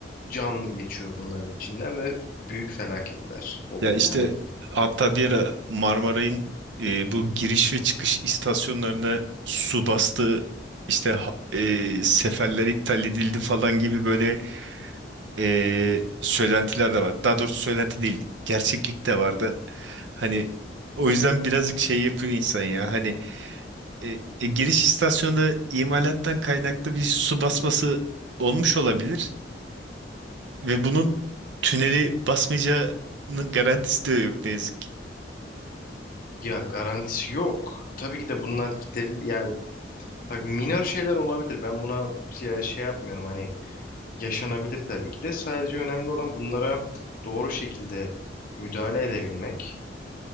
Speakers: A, on the left (about 50°); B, on the right (about 75°).
A: can geçiyor bunların içinden ve büyük felaketler olur
B: Ya işte
A: yani.
B: hatta bir ara Marmaray'ın e, bu giriş ve çıkış istasyonlarına su bastı. işte ha- e, seferler iptal edildi falan gibi böyle e, söylentiler de var. Daha doğrusu söylenti değil, gerçeklik de vardı. Hani o yüzden birazcık şey yapıyor insan ya. Hani e, e, giriş istasyonda imalattan kaynaklı bir su basması olmuş olabilir ve bunun tüneli basmayacağının garantisi de yok ne yazık ki.
A: Ya garantisi yok. Tabii ki de bunlar gideril yani bak minor şeyler olabilir. Ben buna ya şey yapmıyorum hani yaşanabilir tabii ki de. Sadece önemli olan bunlara doğru şekilde müdahale edebilmek